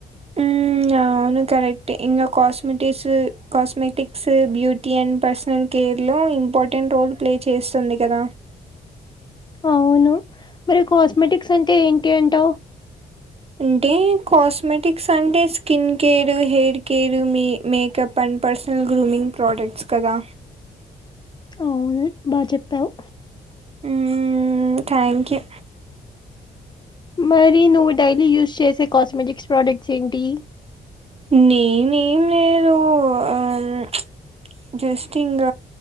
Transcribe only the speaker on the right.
ఉమ్ ఆ అవును కరెక్టె ఇంగ cosmetics, cosmetics, beauty and personal care నా ఇంపార్టెంట్ రోల్ ప్లే చేస్తుంది కదా.
అంటే కాస్మెటిక్స్ అంటే స్కిన్ కేర్, హెయిర్ కేర్, మే మేకప్ అం పర్సనల్ గ్రూమింగ్ ప్రోడక్ట్స్ కదా.
ఉమ్ థ్యాంక్ యూ
నేనేం లేదు ఆ ఉచ్ జస్ట్ ఇంగ